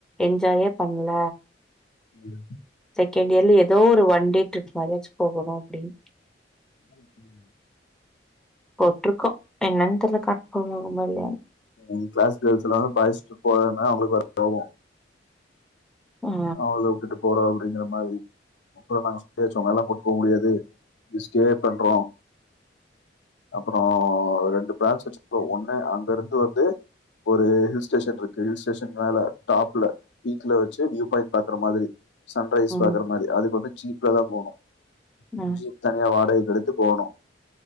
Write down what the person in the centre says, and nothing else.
என்ஜாயே பண்ல
செகேண்டியர்ல எதோ ஒரு ஒன் டே ட்ரிப் மாரியாச்சு போகணு அப்டின்
போட்ருக்கோ என்னெனு தெர்ல கட்ஃபாம் ஆகுமா இல்யானு
ஆ
ம்
ம்